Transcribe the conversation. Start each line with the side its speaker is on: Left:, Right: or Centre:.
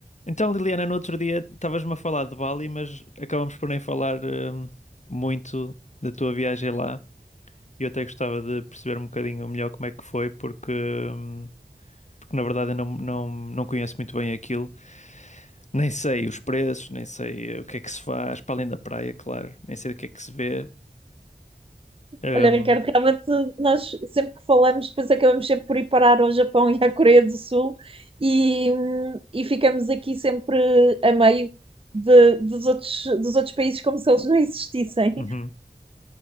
Left: Então, Liliana, no outro dia estavas-me a falar de Bali, mas acabamos por nem falar hum, muito da tua viagem lá. E eu até gostava de perceber um bocadinho melhor como é que foi, porque, hum, porque na verdade eu não, não, não conheço muito bem aquilo. Nem sei os preços, nem sei eh, o que é que se faz, para além da praia, claro. Nem sei o que é que se vê. Hum,
Right: Olha, Ricardo, realmente nós sempre que falamos, depois acabamos sempre por ir parar ao Japão e à Coreia do Sul e, hum, e ficamos aqui sempre a meio de- dos outros, dos outros países como se eles não existissem.
Left: uhum,